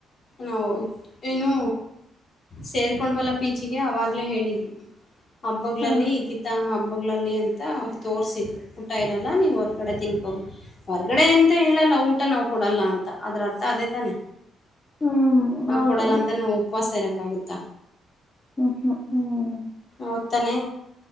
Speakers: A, on the left; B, on the left.
A: ನಾವು ಏನು ಸೇರ್ಕೊಂಡವಲ್ಲ ಪೀಚಿಗೆ ಅವಾಗ ಹೇಳಿದ್ರು ಹಬ್ಬಗಳಲ್ಲಿ
B: ಹ
A: ಇತತ ಹಬ್ಬ ಅಂತ ಅವ್ರು ತೋರ್ರಿಸಿದ್ರು ಊಟ ಇರಲ್ಲ ನೀವು್ ಹೊರಗಡೆ ತಿನ್ಕೋ ಹೊರ್ಗಡೆ ಅಂತ ಹೇಳಲ್ಲ ಎಲ್ಲ ಊಟ ನಾವು ಕೊಡಲ್ಲ ಅಂತ ಅದ್ರರ್ಥ ಅದೇ ತಾನೆ
B: ಹ್ಮ್
A: ಅವ್ರ
B: ಹೌದು
A: ಕೊಡಲ್ಲ ಅಂತ ನಾವು ಉಪವಾಸ ಇರಕ್ಗುತ್ತ
B: ಹ್ಮ್ ಹ್ಮ್ ಹ್ಮ್
A: ಹೋಗ್ತಾನೆ